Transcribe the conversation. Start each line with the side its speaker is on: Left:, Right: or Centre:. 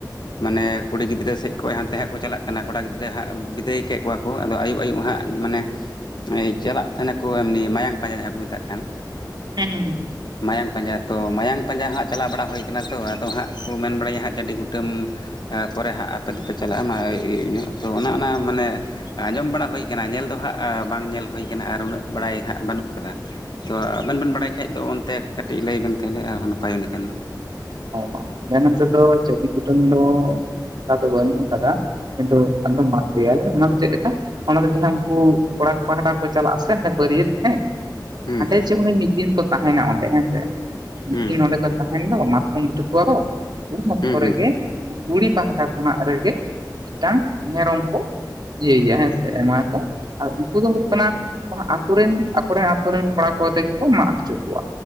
Left: ᱢᱟᱱᱮ ᱠᱩᱲᱤ ᱜᱤᱫᱽᱨᱟᱹ ᱥᱮᱡ ᱠᱷᱚᱡ ᱦᱟᱱᱛᱮ ᱦᱟᱜ ᱠᱚ ᱪᱟᱞᱟᱜ ᱠᱟᱱᱟ᱾ ᱠᱚᱲᱟ ᱜᱤᱫᱽᱨᱟᱹ ᱦᱟᱸᱜ ᱵᱤᱫᱟᱹᱭ ᱠᱮᱫ ᱠᱚᱣᱟ᱾ ᱠᱚ ᱟᱫᱚ ᱟᱹᱭᱩᱵ ᱟᱹᱭᱩᱵ ᱦᱟᱸᱜ ᱢᱟᱱᱮ ᱱᱚᱭ ᱪᱟᱞᱟᱜ ᱛᱟᱦᱮᱱᱟᱠᱚ ᱮᱢᱱᱤ ᱢᱟᱭᱟᱝ ᱯᱟᱸᱡᱟ ᱡᱟᱦᱟᱸ ᱠᱚ ᱢᱮᱛᱟᱜ ᱠᱟᱱ᱾
Right: ᱦᱮᱸ ᱦᱸ
Left: ᱢᱟᱭᱟᱝ ᱯᱟᱸᱡᱟ ᱛᱚ ᱢᱟᱭᱟᱝ ᱯᱟᱸᱡᱟ ᱦᱟᱸᱜ ᱪᱟᱞᱟᱣ ᱵᱟᱲᱟ ᱦᱩᱭ ᱠᱟᱱᱟ ᱛᱚ᱾ ᱟᱫᱚ ᱦᱟᱸᱜ ᱠᱚ ᱢᱮᱱ ᱵᱟᱲᱟᱭᱟ ᱦᱟᱸᱜ ᱪᱟᱹᱰᱤ ᱠᱩᱴᱟᱹᱢ᱾ ᱟ ᱯᱚᱨᱮ ᱦᱟᱸᱜ ᱟᱯᱮ ᱫᱚᱯᱮ ᱪᱟᱞᱟᱜᱼᱟ ᱢᱟ ᱟᱹᱭᱩᱵ ᱟᱹᱭᱩᱵ ᱧᱚᱜ ᱛᱚ ᱚᱱᱮ ᱚᱱᱟ ᱢᱟᱱᱮ ᱟᱸᱡᱚᱢ ᱵᱟᱲᱟ ᱦᱩᱭ ᱟᱠᱟᱱᱟ᱾ ᱧᱮᱞ ᱫᱚ ᱦᱟᱸᱜ ᱟ ᱵᱟᱝ ᱧᱮᱞ ᱦᱩᱭ ᱠᱟᱱᱟ ᱟᱨ ᱩᱱᱟᱹᱜ ᱵᱟᱲᱟᱭ ᱦᱟᱸᱜ ᱵᱟᱹᱱᱩᱜ ᱠᱟᱫᱟ᱾ ᱛᱚ ᱟᱵᱮᱱ ᱵᱮᱱ ᱵᱟᱲᱟᱭ ᱠᱷᱟᱡ ᱫᱚ ᱚᱱᱛᱮ ᱠᱟᱹᱴᱤᱡ ᱞᱟᱹᱭ ᱵᱮᱱ ᱛᱟᱦᱚᱞᱮ ᱟᱨᱦᱚᱸ ᱱᱟᱯᱟᱭ ᱤᱱᱟᱹ ᱠᱷᱟᱱ ᱫᱚ᱾
Right: ᱚ ᱟᱞᱮ ᱱᱚᱱᱛᱮ ᱫᱚ ᱪᱟᱹᱰᱤ ᱠᱩᱴᱟᱹᱱ ᱫᱚ ᱚᱱᱠᱟ ᱫᱚ ᱵᱟᱹᱱᱩᱜ ᱟᱠᱟᱫᱟ᱾ <unintelligible> ᱞᱭᱟᱞᱮ᱾ ᱚᱱᱟ ᱫᱚ ᱪᱮᱫ ᱞᱮᱠᱟ? ᱚᱱᱟ ᱫᱚ ᱡᱟᱦᱟᱸ ᱩᱱᱠᱩ ᱠᱚᱲᱟ ᱯᱟᱦᱴᱟ ᱠᱚ ᱪᱟᱞᱟᱜ ᱥᱮ ᱦᱟᱸᱵᱮ ᱵᱟᱹᱨᱭᱟᱹᱛ ᱦᱮᱸ᱾
Left: ᱦᱮᱸ
Right: ᱦᱟᱸᱰᱮ ᱪᱮ ᱩᱱᱤ ᱢᱤᱫ ᱫᱤᱱ ᱠᱚ ᱛᱟᱦᱮᱱᱟ ᱚᱸᱰᱮ ᱦᱮᱸᱥᱮ, ᱢᱤᱫ
Left: ᱦᱮᱸ
Right: ᱫᱤᱱ ᱚᱸᱰᱮ ᱠᱚ ᱛᱟᱦᱮᱱ ᱫᱚ ᱢᱟ ᱠᱚᱢ ᱵᱩᱴᱟᱹ ᱠᱚᱣᱟ ᱠᱚ, ᱩᱱ ᱚᱠᱛᱚ
Left: ᱦᱮᱸ ᱦᱮᱸ
Right: ᱨᱮ ᱜᱮ ᱩᱝᱠᱩ ᱠᱩᱲᱤ ᱯᱟᱦᱴᱟ ᱠᱷᱚᱱᱟᱜ ᱨᱮ ᱜᱮ ᱢᱤᱫᱴᱟᱝ ᱢᱮᱨᱚᱢ ᱠᱚ ᱤᱭᱟᱹᱭ-ᱭᱟ ᱦᱮᱸ ᱥᱮ ᱮᱢᱟᱭᱟᱠᱚ ᱟᱨ ᱩᱱᱠᱩ ᱫᱚ ᱦᱩᱭᱩᱜ ᱠᱟᱱᱟ ᱚᱱᱟᱛᱩᱨ ᱨᱮᱱ ᱟᱠᱚᱨᱮᱱᱛ ᱨᱮᱱ ᱠᱚᱲᱟ ᱠᱚ ᱛᱮᱜᱮ ᱠᱚ ᱢᱟᱜ ᱦᱚᱪᱚ ᱠᱚᱣᱟ